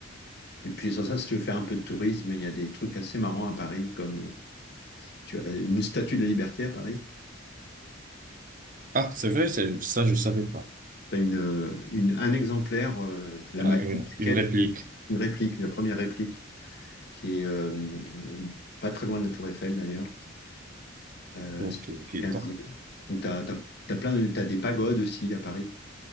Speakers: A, on the left; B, on the right.
A: Et puis sur ça, si tu veux faire un peu de tourisme, il y a des trucs assez marrants à Paris, comme euh, tu as la- une statue de la liberté à Paris.
B: Ah, c'est vrai, c'est ça, je savais pas.
A: T'as une, euh, une, un exemplaire, euh, la maquette,
B: Ah, une, une réplique.
A: une réplique, la première réplique, qui est euh, euh, pas très loin de la Tour Eiffel d'ailleurs. Euh,
B: Ok,
A: c'est
B: ok,
A: un siècle.
B: bon.
A: donc t'as, t'as, t'as plein de, t'as des pagodes aussi à Paris.